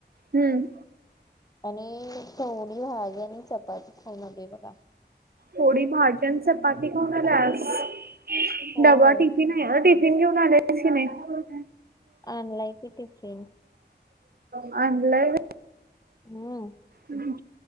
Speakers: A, on the right (about 60°); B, on the left (about 20°).
A: हम्म!
B: आणि तेवढी भाजी आणि चपाती खाऊन आलोय बघा.
A: थोडी भाजी आणि चपाती खाऊन आली आज
B: होय
A: डबा टिफिन टिफिन म्हणालीस की नाहीस?
B: आणलाय की टिफिन
A: आणलाय
B: हम्म!
A: हम्म